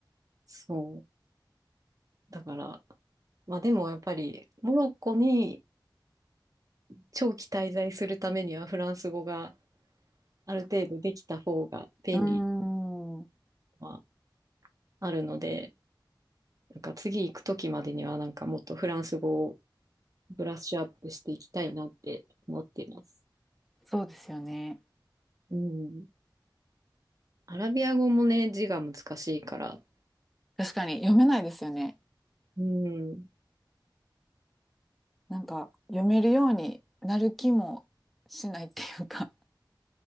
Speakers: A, on the right; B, in the centre.
A: そう。だから、まあでもやっぱり、モロッコに長期滞在するためにはフランス語がある程度できた方が便利
B: うーん。
A: はあるので、なんか次行くときまでにはなんかもっとフランス語をブラッシュアップしていきたいなって思っています。
B: そうですよね。
A: うん。アラビア語もね、字が難しいから、
B: 確かに読めないですよね。
A: うん。
B: なんか読めるようになる気もしないっていうか